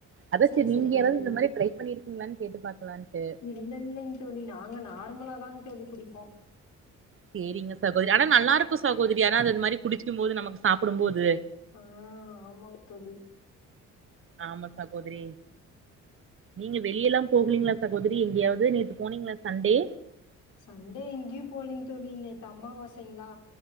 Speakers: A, on the right; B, on the left.
A: அதா
B: செரி
A: சேரி
B: செரிங்
A: நீங்க யாராவது
B: தோலி
A: இந்த மாரி ட்ரை பண்ணிருக்கீங்களான்னு கேட்டு பாக்கலான்ட்டு
B: இல்ல இல்லைங்க தோலி நாங்க நார்மலாதாங் தோலி புடிப்போ
A: சேரிங்க சகோதரி ஆனா நல்லா இருக்கு சகோதரி யாராது இது மாரி குடிச்சுக்கு போது நமக்கு சாப்டும் போது
B: ஆ ஆமாங்க தோழி
A: ஆமா சகோதரி நீங்க வெளியெல்லா போகலிங்களா சகோதரி எங்கேயாவது நேத்து போனீங்களா சண்டே
B: சண்டே எங்கயு போலிங் தோலி நேத்து அம்மாவாசைங்ளா